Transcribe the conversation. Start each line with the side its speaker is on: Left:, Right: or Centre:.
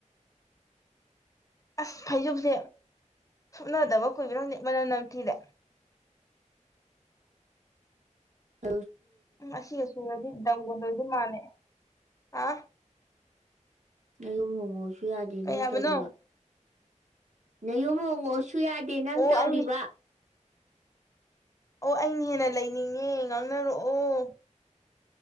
Left: ꯑꯁ ꯐꯩꯖꯣꯝꯁꯦ ꯁꯨꯞꯅꯗꯕ ꯀꯨꯕꯔꯪꯗꯦ ꯃꯅꯝ ꯅꯝꯊꯤꯗ
Right: ꯑ
Left: ꯎꯝ ꯑꯁꯤꯒ ꯁꯨꯔꯗꯤ ꯗꯧꯒꯗꯣꯏꯗꯤ ꯃꯥꯟꯅ ꯑ
Right: ꯅꯌꯨꯝ ꯍꯣꯡꯉꯛꯁꯨ ꯌꯥꯗꯦ
Left: ꯀꯩ
Right: ꯅꯪ
Left: ꯍꯥꯏꯕꯅꯣ
Right: ꯇꯧꯔꯤꯕ ꯅꯌꯨꯝ ꯍꯣꯡꯉꯛ ꯀ ꯁꯨ ꯌꯥꯗꯦ ꯅꯪ
Left: ꯑꯣ
Right: ꯇꯧꯔꯤꯕ
Left: ꯑꯩꯅ ꯑꯣ ꯑꯩꯅ ꯍꯦꯟꯅ ꯂꯩꯅꯤꯡꯉꯦ ꯉꯥꯡꯅꯔꯛꯑꯣ